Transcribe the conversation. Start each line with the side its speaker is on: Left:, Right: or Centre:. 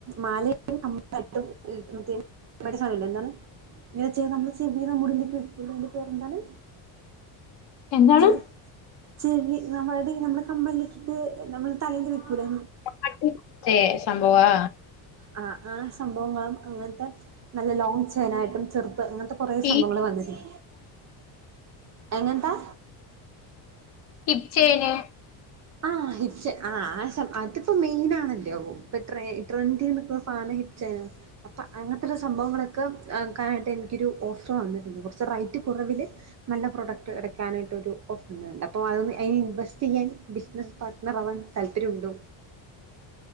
Right: മലയാലും കമ്മ ലായിട്ടും ഏഹ് മറ്റേ മറ്റേ സാനല്ലേ എന്താണ് ഇങ്ങനെ ചെ നമ്മള് ചെവീലും മുടീലൊക്കെ വെക്കൂലെ അയിന്റെ പേരെന്താണ്
Left: എന്താണ്
Right: ചെ ചെവി നമ്മളെടീ നമ്മടെ കമ്മലില് ഇട്ട്ട്ട് നമ്മള് തലേല് വെക്കൂലെ
Left: മാട്ടിലെ സംഭവാ
Right: ആഹ് ആഹ് സംഭവങ്ങളും അങ്ങനത്തെ നല്ല ലോങ് ചെയിനായിട്ടും ചെറ്ത് അങ്ങനത്തെ കൊറെ സംഭങ്ങള്
Left: ഈ
Right: വന്ന്ണ് എങ്ങനത്താ
Left: ഹിപ്ച്ചെയിന്
Right: ആഹ് ഹിപ്ച്ചെ ആഹ് ആ സം അതിപ്പോ മെയിൻ ആണല്ലോ ഇപ്പൊ ട്ര ട്രെൻഡി നിക്ക്ന്ന സാനം ഹിപ്ച്ചെയ്നാ അപ്പൊ അങ്ങനത്തൊര് സംഭവങ്ങളൊക്കെ ആക്കാനായിട്ട് എനിക്കൊരു ഓഫറ് വന്നിട്ടുണ്ട് കൊറ ച്ച് റൈറ്റ് കുറവില് നല്ല പ്രോഡക്ട് എട്ക്കാനായിട്ടൊരു ഓഫറ്ണ്ടായിര് അപ്പോ അതോന്ന് ഇൻവെസ്റ്റെയ്യാൻ ബിസിനസ് പാർട്ടണർവാൻ താല്പര്യുണ്ടോ?